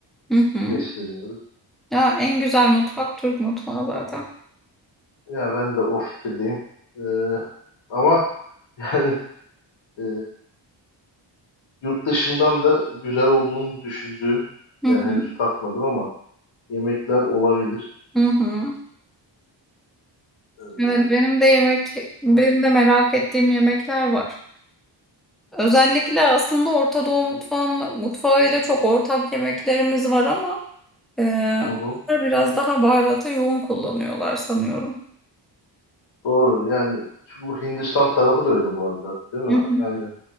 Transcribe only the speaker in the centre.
Hı hı.
Ya en güzel mutfak Türk mutfağı zaten.
Hı
hı.
Hı hı.
Evet benim de yemek benim
de merak ettiğim yemekler var. Özellikle aslında Orta Doğu
mutfağıyla,
mutfağıyla çok ortak yemeklerimiz var ama e, onlar
biraz daha baharatı yoğun kullanıyorlar sanıyorum.
Hı hı.